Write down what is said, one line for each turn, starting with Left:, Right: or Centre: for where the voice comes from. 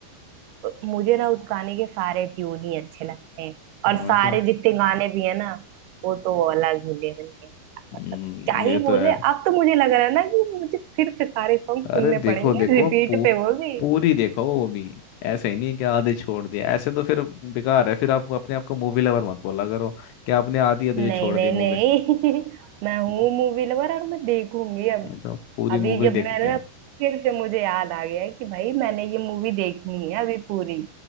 Right: मुझे ना उस गाने के सारे ट्यून ही अच्छे लगते हैं और
Left: वही
Right: सारे
Left: तो
Right: जितने गाने भी है ना वो तो अलग मिले मिलके मतलब
Left: हम्म
Right: क्या ही
Left: ये
Right: बोले
Left: तो है
Right: अब तो मुझे लग रहा है ना कि मुझे फिर से सारे सॉन्ग सुनने
Left: अरे देखो
Right: पड़ेंगे
Left: देखो
Right: रिपीट
Left: पू,
Right: पे वो भी
Left: पूरी देखो वो भी ऐसे ही नहीं कि आधी छोड़ दिया ऐसे तो फिर बेकार है फिर आप अपने आप को मूवी लवर मत बोला करो कि आपने आधी आधी
Right: नहीं
Left: तो छोड़
Right: नहीं
Left: दी मूवी
Right: नहीं <laughs> मैं हूँ
Left: मैं
Right: मूवी लवर और मैं देखूंगी अब
Left: तो पूरी
Right: अभी
Left: मूवी
Right: जब
Left: देखते
Right: मैंने
Left: हैं
Right: फिर से मुझे याद आ गया है कि भाई मैंने ये मूवी देखनी है अभी पूरी